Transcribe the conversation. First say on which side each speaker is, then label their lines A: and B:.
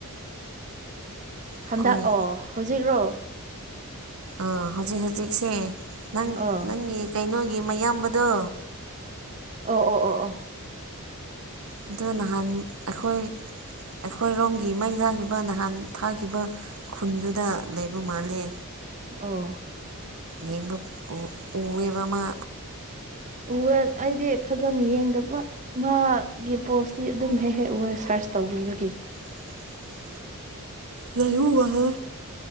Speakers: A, on the right; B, on the right.
A: ꯑꯩꯈꯣꯏ
B: ꯍꯟꯗꯛ ꯑꯣ ꯍꯧꯖꯤꯛꯔꯣ
A: ꯑ ꯍꯧꯖꯤꯛ ꯍꯧꯖꯤꯛꯁꯦ ꯅꯪ
B: ꯑꯣ
A: ꯅꯪꯒꯤ ꯀꯩꯅꯣꯒꯤ ꯒꯤ ꯑꯌꯥꯝꯕꯗꯣ
B: ꯑꯣ ꯑꯣ ꯑꯣ ꯑꯣ
A: ꯑꯗꯨ ꯅꯍꯥꯟ ꯑꯩꯈꯣꯏ ꯑꯩꯈꯣꯏꯔꯣꯝꯒꯤ ꯃꯩ ꯊꯥꯈꯤꯕ ꯅꯍꯥꯟ ꯊꯥꯈꯤꯕ ꯈꯨꯟꯗꯨꯗ ꯂꯩꯕ ꯃꯥꯜꯂꯦ
B: ꯑꯣ
A: ꯌꯦꯡꯕ ꯎ ꯎꯋꯦꯕ ꯃꯥ
B: ꯎꯋꯦ ꯑꯩꯗꯤ ꯐꯖꯅ ꯌꯦꯡꯗꯕ ꯃꯥ ꯒꯤ ꯄꯣꯁꯇꯤ ꯑꯗꯨꯝ ꯍꯦꯛ ꯍꯦꯛ ꯎꯋꯦ ꯁꯥꯔ ꯇꯧꯕꯤꯅꯤꯒꯤ
A: <inaudible> ꯂꯩꯕ ꯃꯥꯂꯦ